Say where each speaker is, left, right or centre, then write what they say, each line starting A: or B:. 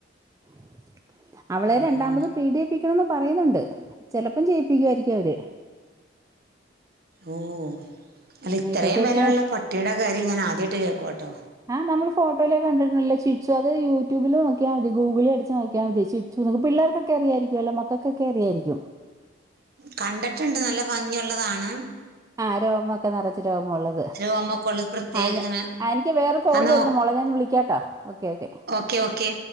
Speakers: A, on the right; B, on the right.
A: <inaudible> അവളെ
B: ഉം
A: രണ്ടാമത്
B: ഉം.
A: പീഡിചെയ്യിപ്പിക്കണംന്ന് പറയുന്നുണ്ട്. ചെലപ്പം ചെയ്യിപ്പിക്കുവായിരിക്കും അവര്.
B: ഓ അല്ല ഇത്രയും
A: പക്ഷെ
B: വിലയുള്ള
A: ഇപ്പ
B: പട്ടിയുടെ കാര്യം ഞാൻ ആദ്യായിട്ട് കേക്കുവാട്ടോ.
A: ആഹ് നമ്മൾ ഫോട്ടോയിലൊക്കെ കണ്ടിട്ടുണ്ടല്ലോ ചിരിച്ചു അത് യൂട്യൂബിൽ നോക്കിയാ മതി ഗൂഗിളിൽ അടിച്ച് നോക്കിയാ മതി ചിര് ച്ചു നൊക്കെ പിള്ളേർക്കൊക്കെ അറിയായിരിക്കുഅല്ലോ മക്കൾക്കൊക്കെ അറിയായിരിക്കും
B: കണ്ടിട്ടുണ്ട് നല്ല ഭംഗിയുള്ളതാണ്.
A: ആ രോമൊക്കെ നറച്ച് രോമ ഉള്ളത്
B: രോമൊക്കെ ഉള്ളത് പ്രത്യേകം
A: ആഹ് ഞ
B: ഇങ്ങനെ
A: ആഹ് എനിക്ക് വേറെ കോള്
B: എന്നാ
A: വരുന്നു മോളെ ഞാൻ വിളിക്കാട്ടോ ഓക്കെ ഓക്കേ.
B: ക്കെ ഓക്കെ